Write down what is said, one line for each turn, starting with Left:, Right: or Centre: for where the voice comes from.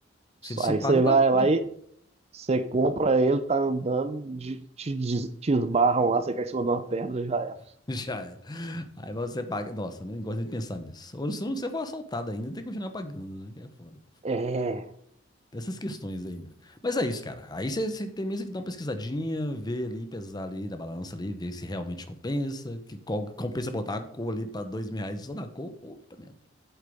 Left: Se se
Right: Aí
Left: paga,
Right: você vai
Left: tá
Right: lá
Left: de boa.
Right: e você compra ele, tá andando, de- te, des- te esbarram lá, você cai em cima de uma pedra e já era.
Left: <laughs> Já era. Aí você paga. Nossa, não gosto nem de pensar nisso. Ou se não, você for assaltado ainda, tem que continuar pagando, né? Que é foda.
Right: É,
Left: Dessas questões ainda. Mas é isso, cara. Aí você você tem mesmo que dar uma pesquisadinha, ver ali, pesar ali na balança ali, ver se realmente compensa, que qual- compensa botar uma cor ali pra dois mil reais só na cor, puta merda.